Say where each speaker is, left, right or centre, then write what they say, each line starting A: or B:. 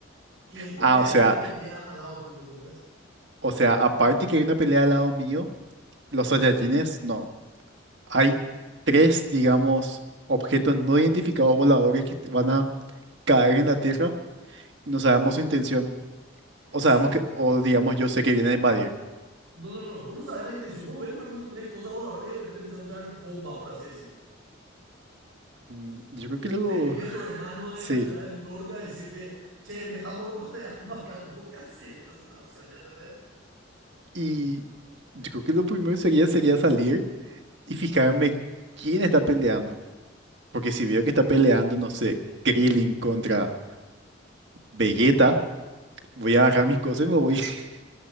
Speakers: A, on the right; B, on the right.
A: y es porque
B: Ah,
A: hay
B: o sea,
A: una pelea al lado tuyo, ¿entendés?
B: o sea, aparte que hay una pelea al lado mío, los Saiyajines, no. Hay tres, digamos, objetos no identificados voladores que van a caer en la Tierra. No sabemos su intención.
A: Exacto.
B: O sabemos que, o digamos, yo sé que vienen a invadir.
A: No, no, no. Vos no sabés la intención. Vos ves nomás que son tres cosas voladoras y de repente empezás a escuchar bombas, por así decir.
B: Mm, Yo creo que luego,
A: Te escribe
B: <sighs>
A: tu hermano de
B: sí.
A: la ciudad del norte a decirte, che, me están bombardeando acá. Tipo, ¿qué hacer en esa situación? ¿Entendés?
B: Y yo creo que lo primero sería, sería salir y fijarme quién está peleando. Porque si veo
A: Mm.
B: que está peleando, no sé, Krillin contra Vegeta. Voy a agarrar mis cosas y me voy. <laughs>